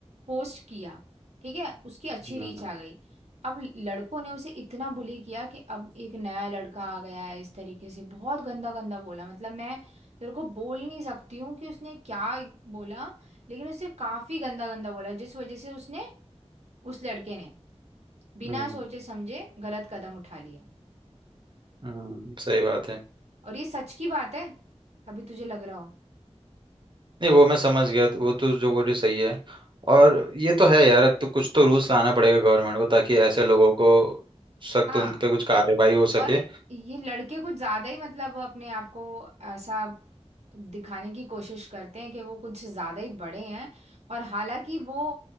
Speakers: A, on the right; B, on the right.
A: पोस्ट किया ठीक है उसकी अच्छी
B: हम्म
A: रीच आ गई अब लड़कों ने उसे इतना बुली किया कि अब एक नया लड़का आ गया है इस तरीके से बहुत गंदा गंदा बोला मतलब मैं तेरे को बोल नहीं सकती हूँ कि उसने क्या बोला लेकिन उसने काफी गंदा गंदा बोला जिस वजह से उसने उस लड़के ने बिना
B: हम्म
A: सोचे समझे गलत कदम उठा लिया
B: हम्म, सही बात है
A: और ये सच की बात है अभी तुझे लग रहा हो
B: नहीं वो मैं समझ गया वो तो जो बोल रही सही है और ये तो है यार अब तो कुछ तो रूल्स लाना पड़ेगा गवर्नमेंट को ताकि ऐसे लोगों को सख्त
A: हाँ
B: उन पे कुछ कार्रवाई हो सके
A: और ये लड़के कुछ ज्यादा ही मतलब अपने आप को ऐसा दिखाने की कोशिश करते हैं कि वो कुछ ज्यादा ही बड़े हैं और हालांकि वो